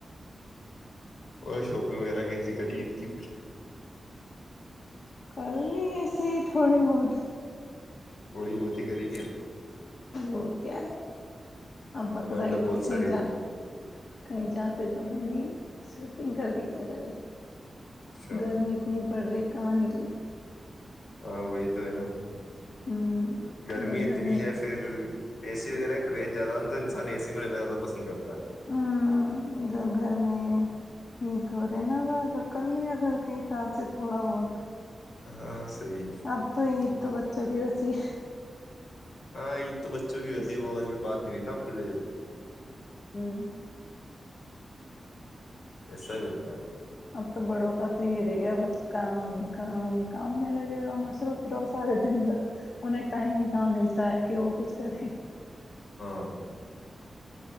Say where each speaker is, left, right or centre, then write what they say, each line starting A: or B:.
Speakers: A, on the left; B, on the left.
A: اور شاپنگ وغیرہ کیسی کرریید کی پھر
B: کر لی گےسے ہی تھوڑی بہت
A: تھوڑی موتی کری کیا
B: اور کیا ہے ا بکرا
A: ہماری
B: عید
A: تو بہت
B: کے
A: ساری
B: کہیں
A: ہو
B: جا
A: گئی
B: کہیں جاتے تو ہے نہیں سوپنگ کر کے کیا کرے
A: اچھا
B: گرمی اتنی پڑ رہی کہاں نکلے
A: ہاں وہی تو ہے نا
B: ہوں
A: گرمی
B: جو
A: اتنی
B: گھر میں
A: ہے پھر اے سی وغیرہ کریز زیادہ ن تو انسان ا سی میں رہیننا زیادہ پسند کرتا ہے
B: ہ جو گھر میں ہی تو رہے ناذا جو کر لیا گھر کے حساب سے تھوڑا بہت
A: ہاں صحیح
B: اب تو
A: ہے
B: عید تو بچوں کی جی
A: ہاں یہید تو بچوں کی ہوتی ہے
B: تو
A: وہ والی بات ہی نہیں نا پل
B: ہاں
A: ایسا ہی ہوتا ہے
B: اب تو بڑوں کا تو ہی رہ گیا بس کام کام کام میں لگے رہو مصروف رہو سارے دن بھر انہیں ٹائم ہی کہاں ملتا ہے کہ وہ کچھ کرے
A: ہاں